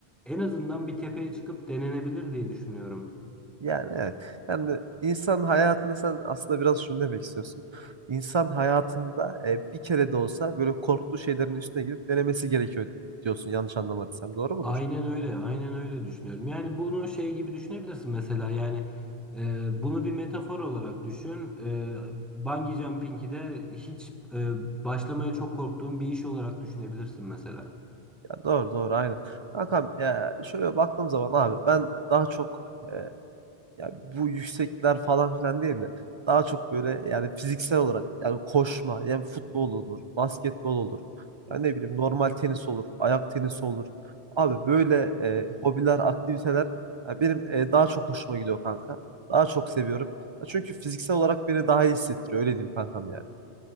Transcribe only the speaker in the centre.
en azından bir tepeye çıkıp denenebilir diye düşünüyorum.
Aynen öyle, aynen öyle düşünüyorum. Yani bunu şey gibi düşünebilirsin mesela yani e, bunu bir metafor olarak düşün. E, bungee jumping'i de hiç e, başlamaya çok korktuğum bir iş olarak düşünebilirsin mesela.